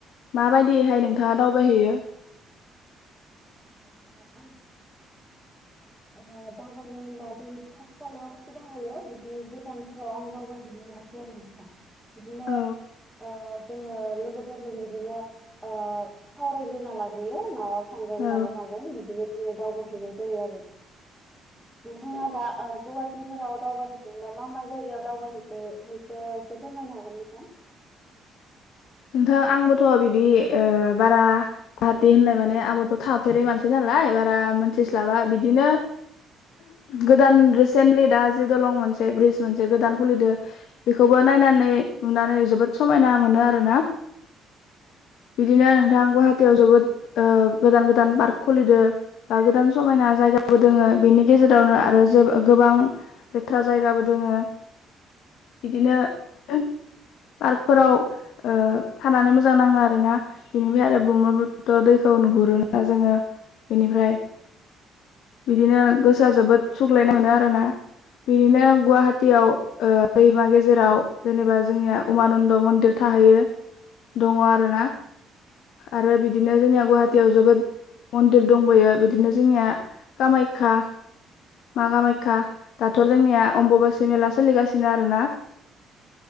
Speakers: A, on the left (about 80°); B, in the centre.
A: माबायदिहाय नोंथाङा दावबायहैयो
B: <unintelligible> आंङो दावबायनो होनब्ला जों खाथि खालायावसो दावबायो ओमफाय गोजानफोराव आं दावबायहैनो मोनासै आरो नोंथां बिदिनो
A: औ
B: ओ जोंङो लोगो फोरजों बिदिनो ओ सावरायग्रोना लाग्रोयो मायाव थांगोन
A: औ
B: मायाव मागोन बिदिनो जोंङो दावबायहैनाय जायो आरो नोंथाङा दा ओ गुवाहाटिफोराव दावबायहैदोंब्ला मा मा जायगायाव दावबायहैखो इखो एसे फोरमायनो हागोन नोंथां
A: नोंथां आंबो थ बिदि ओ बारा गुवाहाटी होननाय माने आंबोथ थाफेरै मानसि नालाय बारा मोनथिस्लाबा बिदिनो गोदान रिसेन्टलि दा जि दलं मोनसे ब्रिज मोनसे गोदान खुलिदो बेखौबो नायनानै नुनानै जोबोद स समायना मोनो आरोना बिदिनो नोंथां गुवाहाटीयाव जोबोद ओ गोदान गोदान पार्क खुलिदो बा गोदान समायना जायगाबो दोंङो बेनि गेजेरावनो आरो जेबो गोबां लेथ्रा जायगाबो दोंङो बिदिनो <unintelligible> पार्कफोराव ओ थानानै मो जां नांङो आरो ना बेनिफाय आरो ब्रहम पुत्र दैखौ नुहुरोना जोंङो बेनिफ्राय बिदिनो गोसोआ जोबोद सुग्लायनाय मोनो आरोना बिदिनो गुवाहाटीयाव ओ दैमा गेजेराव जेनेबा जोंनिया उमानन्द मन्दिर थाहैयो दंङ आरो ना आरो बिदिनो जोंनिया गुवाहाटीयाव जोबोद मन्दिर दंबयो बिदिनो जोंनिया कामाख्या मा कामाख्या दाथ जोंनिया अम्बबासि मेला सोलिगासिनो आरो ना।